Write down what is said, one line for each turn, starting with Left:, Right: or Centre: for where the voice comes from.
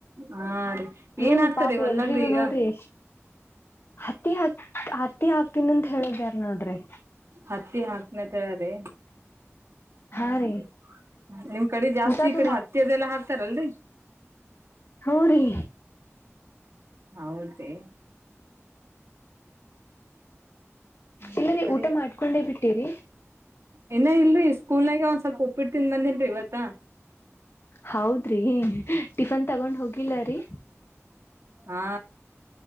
Right: ಹಾ ರೀ
Left: ಹ್ಮ್
Right: ಏನ್ ಹಾಕ್ತಾರಿ
Left: ಪಾಪ
Right: ಹೊಲ್ದಾಗ್ರಿ
Left: ಎಲ್ರಿಗೂೋ
Right: ಈಗ
Left: ನೋಡ್ರಿ ಹತ್ತಿ ಹಾಕ್ ಹತ್ತಿ ಹಾಕ್ತನ ಅಂತ ಹೇಳೋದ ಯಾರ ನೋಡ್ರಿ
Right: ಹತ್ತಿ ಹಾಕ್ನ ತಯಾರಿ
Left: ಹಾ
Right: ಹಾದ
Left: ರೀ
Right: ನಿಮ್ ಕಡೆ ಜಾಸ್ತಿ
Left: ಊಟದು
Right: ಈ ಕಡೆ ಹತ್ತಿದೆಲ್ಲ ಹಾಕ್ತಾರಲ್ರಿರಿ
Left: ಹಊ ರೀ
Right: ಹೌದು ರೀ ಹ್ಮ
Left: ಇಲ್ಲರಿ
Right: ಸರಿ
Left: ಊಟ ಮಾಡ್ಕೊಂಡೆ ಬಿಟ್ಟಿರಿ
Right: ಇನ್ನ ಇಲ್ರಿ ಇಷ್ಟ ಸ್ಕೂಲ್ ನಾಗೆ ಒಂದ್ ಸ್ವಲ್ಪ ಉಪ್ಪಿಟ್ಟು ತಿಂದನ್ ಬಂದಿನ್ರಿ ಇವತ್ತ
Left: ಹೌದ್ರಿ ಟಿಫನ್ ತಗೊಂಡ್ ಹೋಗಿಲ್ಲ ರೀ
Right: ಹಾ